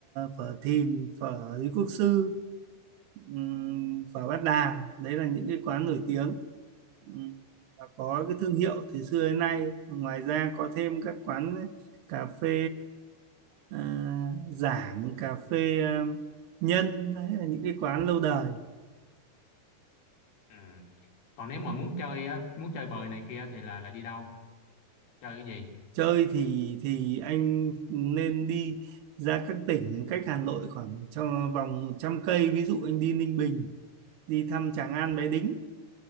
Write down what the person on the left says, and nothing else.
Ừ. Còn nếu mà muốn chơi á, muốn chơi bời này kia thì là là đi đâu? Chơi cái gì?